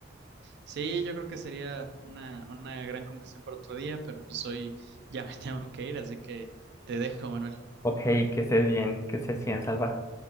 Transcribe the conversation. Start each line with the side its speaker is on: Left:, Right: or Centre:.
Right: Sí, yo creo que sería una, una gran conversación para otro día, pero pues hoy ya me <laughs> tengo que ir, así que te dejo, Manuel.
Left: Ok, que estés bien, que estés bien, Salva.